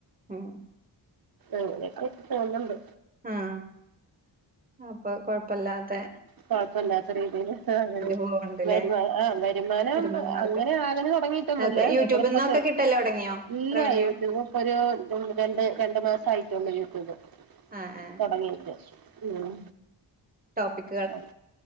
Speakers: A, on the right; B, on the right.
A: ഉം
B: അങ്ങനെയൊക്കായിറ്റ് തോന്ന്ണ്ട്.
A: ആഹ് അപ്പൊ കൊഴപ്പല്ലാ മറ്റേ
B: കൊഴപ്പല്ലാത്ത രീതീല് ഹാ അങ്ങനെ
A: പോവ്ണ്ട്ല്ലേ
B: വരുമാ ആഹ് വരുമാനം.
A: വരുമാന മാർഗം
B: അങ്ങനെ ആകല് തൊടങ്ങി റ്റൊന്നുല്ല
A: അപ്പൊ യൂട്യൂബിൽ
B: ഞമ്മള്പ്പൊ
A: നിന്നൊക്കെ
B: ചെ
A: കിട്ടല് തുടങ്ങിയോ
B: ഇല്ല
A: റവന്യൂ
B: യൂറ്റ്യൂബൊ പ്പൊരു ഉം രണ്ട് രണ്ട് മാസായിറ്റൊള്ളു യൂറ്റ്യൂബ്.
A: ആ ആ
B: തൊടങ്ങിയിട്ട്. ഉം
A: ടോപിക്
B: എർ